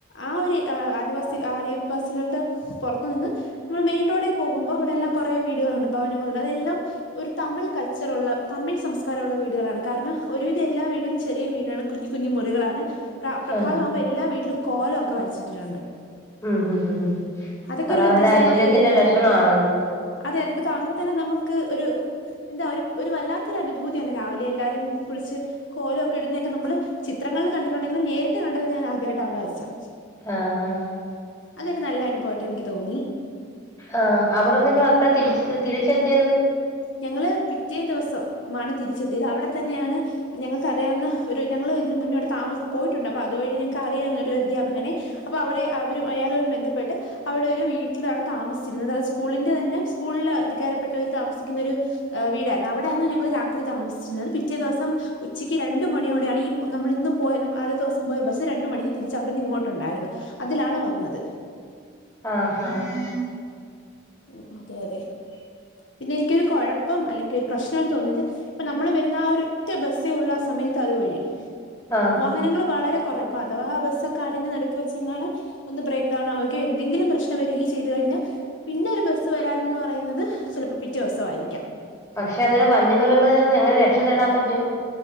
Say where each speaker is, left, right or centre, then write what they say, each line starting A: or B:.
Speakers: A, on the left (about 70°); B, on the left (about 15°).
A: ആ ഒരു ആദിവാസി ആദിവാസികളുടെ പുറത്തു നിന്ന് നമ്മൾ മെയിൻ റോഡ പോകുമ്പോ അവിടെല്ലാം കുറെ വീടുകളുണ്ട് ഭവനങ്ങളുണ്ട് അതെല്ലാം ഒരു തമിഴ് കൾച്ചറുള്ള തമിഴ് സംസ്കാരള്ള വീടുകളാണ് കാരണം ഒരുവിധം എല്ലാ വീടും ചെറിയ വീടാണ് കുഞ്ഞു കുഞ്ഞി മുറികളാണ് പ്ര പ്രഭാതാവുമ്പോൾ
B: ആഹ്
A: എല്ലാ വീട്ടിലും കോലൊക്കെ വരച്ചിട്ടിട്ടുണ്ട്
B: ഉമ് ഉമ് ഉമ് ഉമ്
A: അതൊക്കെ
B: അതവരുടെ
A: ഒരു വ്യത്യസ്തമായ
B: ഐശ്വര്യത്തിന്റെ
A: ഒരു ഇതായിരുന്നു
B: ലക്ഷണ ആണത്
A: അതെ അതെ ഇത് കാണുമ്പോൾ തന്നെ നമുക്ക് ഒരു എന്താ ഒരു ഒരു വല്ലാത്തൊരു അനുഭൂതിയാണ് രാവിലെ എല്ലാവരും കുളിച്ച് കോലൊക്കെ ഇടുന്നതൊക്കെ നമ്മള് ചിത്രങ്ങളിൽ കണ്ടിട്ടുണ്ടെങ്കിലും നേരി ട്ട് കണ്ടത് ഞാൻ ആദ്യയിട്ട് അവിടെ വെച്ചാ
B: ആഹ്
A: അതൊരു നല്ല അനുഭവായിട്ട് എനിക്ക് തോന്നി
B: ആഹ് അവിടെന്ന് നിങ്ങ എപ്പ തിരിച്ചെ തിരിച്ചെത്തിയത്
A: ഞങ്ങള് പിറ്റേ ദിവസം മാണ് തിരിച്ചെത്തിയത് അവിടെ തന്നെയാണ് ഞങ്ങൾക്ക അറിയാവുന്ന ഒരു ഞങ്ങൾ ഇതിന് മുന്നോട്ട് താമസ പോയിട്ടുണ്ട് അപ്പൊ അതുവഴി ഞങ്ങക്ക് അറിയാവുന്ന ഒരു അധ്യാപകനെ അപ്പൊ അവര് അവരും അയാളും ബന്ധപ്പെട്ട് അവിടെ ഒരു വീട്ടിലാണ് താമിച്ചിരുന്നത് അത് സ്കൂളിന്റെ തന്നെ സ്കൂളിൽ അധികാരപ്പെട്ടവര് താമസിക്ക ന്നൊരു വീടായിരുന്നു അവിടെയാരുന്നു ഞങ്ങള് രാത്രി താമസിച്ചിരുന്നത് പിറ്റേ ദിവസം ഉച്ചയ്ക്ക് രണ്ടു മണിയോടെ ആണ് ഈ നമ്മൾ ഇന്ന് പോയ നമ്മൾ ആദ്യ ദിവസം പോയ ബസ് രണ്ടു മണിക്ക് തിരിച്ച് അവിടുന്ന് ഇങ്ങോട്ടുണ്ടായിരുന്നു അതിലാണ് വന്നത്
B: ആഹ് ആഹ്
A: ഉമ് അതെ അതെ പിന്നെ എനിക്കൊരു കുഴപ്പം അല്ലെങ്കിൽ ഒരു പ്രശ്നായി തോന്നിയത് ഇപ്പൊ നമ്മൾ വരുന്ന ആ ഒരൊറ്റ ബസ്സെ ഉള്ള ആ സമയത്ത് അതുവഴി
B: ആഹ്
A: വാഹനങ്ങൾ വളരെ കുറ ഇപ്പ അഥവാ ആ ബസക്കെ അതിഞ്ഞ് നടുക്ക്ക് വെച്ച ങ്ങാനും ഒന്ന് ബ്രേക്ക് ഡൗൺ ആവുകയോ എന്തെങ്കിലും പ്രശ്ന വരികയോ ചെയ്തു കഴിഞ്ഞാൽ പിന്നെ ഒരു ബസ്സ് വരാൻന്ന് പറയുന്നത് ചിലപ്പോ പിറ്റേ ദിവസായിരിക്കാം
B: പക്ഷെ അന്നേരം വന്യ മൃഗങ്ങളിൽ നിന്ന് എങ്ങനെ രക്ഷ നേടാൻ പറ്റും